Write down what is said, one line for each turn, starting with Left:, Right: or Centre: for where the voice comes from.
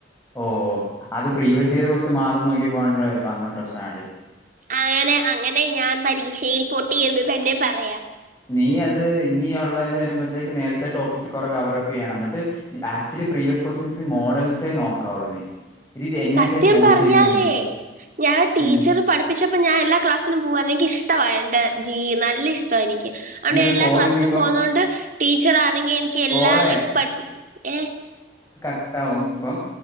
Left: ഓ ഓ അത് പ്രീവിയസ് ഇയർ കോസ്റ്റിയൻ മാത്രം നോക്കി പോകൻ വന്ന പ്രശ്ന ഇത്
Right: അങ്ങനെ അങ്ങനെ ഞാൻ പരീക്ഷയിൽ പൊട്ടിയെന്ന് തന്നെ പറയാം
Left: നീ അത് ഇനിയുള്ള വരുമ്പോഴത്തേക്ക് നേരത്തെ ടോപ്പിക്സ് കുറെ കവർപ്പ് ചെയ്യണം എന്നിട്ട് ആക്ച്വലി പ്രീവിയസ് കോസ്റ്റിയൻസ് മോഡൽസ് നോക്കോളൂ നീ ഇത് ഇത് എങ്ങനെയൊക്കെയാ
Right: സത്യം
Left: ചോദിച്ചിരിക്കുന്നതെന്ന്
Right: പറഞ്ഞാലേ ഞാൻ ടീച്ചർ
Left: ഉം
Right: പഠിപ്പിച്ചപ്പോ ഞാൻ എല്ലാ ക്ലാസ്സിലും പോവാന എനിക്ക് ഇഷ്ട എന്റെ ജീ നല്ല ഇഷ്ടമാ എനിക്ക് അതോണ്ട്
Left: നീ
Right: ഞാൻ
Left: ഒന്ന്
Right: എല്ലാ
Left: കോൾ
Right: ക്ലാസ്സിലും
Left: ഇനിയിപ്പം
Right: പോന്നൊണ്ട് ടീച്ചറാ ല്ലങ്കി എനിക്ക് എല്ലാ
Left: കോള്
Right: ലൈക്ക് പ ഏയ്
Left: ട്ടാവും ഇപ്പം